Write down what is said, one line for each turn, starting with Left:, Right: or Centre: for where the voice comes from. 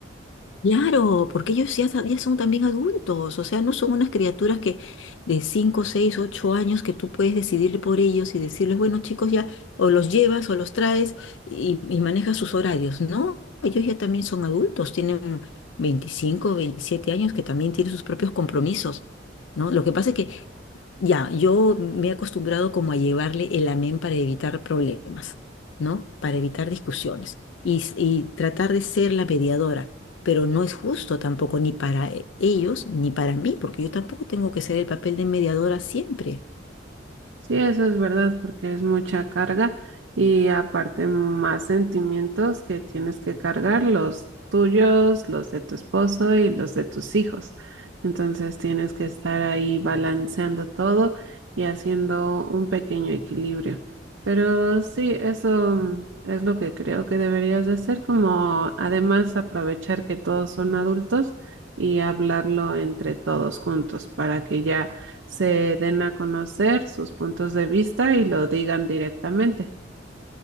Left: Claro, porque ellos ya, sa- ya son también adultos, o sea, no son unas criaturas que de 5, 6, 8 años que tú puedes decidir por ellos y decirles, bueno, chicos, ya o los llevas o los traes y, y manejas sus horarios. No, ellos ya también son adultos, tienen 25, 27 años que también tienen sus propios compromisos, ¿no? Lo que pasa es que ya, yo me he acostumbrado como a llevarle el amén para evitar problemas, ¿no? Para evitar discusiones y, s- y tratar de ser la mediadora pero no es justo tampoco ni para e- ellos ni para mí, porque yo tampoco tengo que ser el papel de mediadora siempre.
Right: Sí, eso es verdad, porque es mucha carga y aparte más sentimientos que tienes que cargar, los tuyos, los de tu esposo y los de tus hijos. Entonces tienes que estar ahí balanceando todo y haciendo un pequeño equilibrio. Pero sí, eso mm, es lo que creo que deberías de hacer, como además aprovechar que todos son adultos y hablarlo entre todos juntos para que ya se den a conocer sus puntos de vista y lo digan directamente.